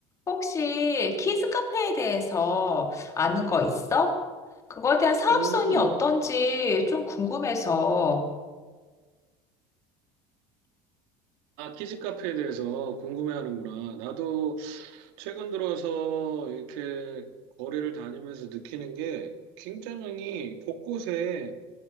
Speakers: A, on the left (about 25°); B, on the right (about 80°).
A: 혹시 키즈 카페에 대해서 아는 거 있어? 그거에 대한 사업성이
B: 음,
A: 어떤지 좀 궁금해서.
B: 아, 키즈 카페에 대해서 궁금해하는구나. 나도 최근 들어서 이렇게 거리를 다니면서 느끼는 게 굉장히 곳곳에